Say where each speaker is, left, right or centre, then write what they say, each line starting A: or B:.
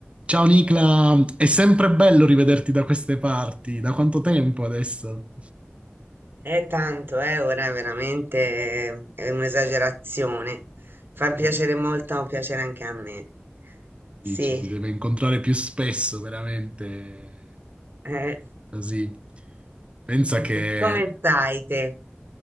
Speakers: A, on the right; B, on the right.
A: Ciao Nicla, è sempre bello rivederti da queste parti. Da quanto tempo adesso?
B: È tanto, eh, ora è veramente è un'esagerazione. Fa
A: Sì,
B: piacere molto, piacere anche a me.
A: sì,
B: Sì,
A: ci si deve incontrare più spesso, veramente.
B: eh.
A: Così. Pensa
B: <laughs>
A: che
B: Come stai te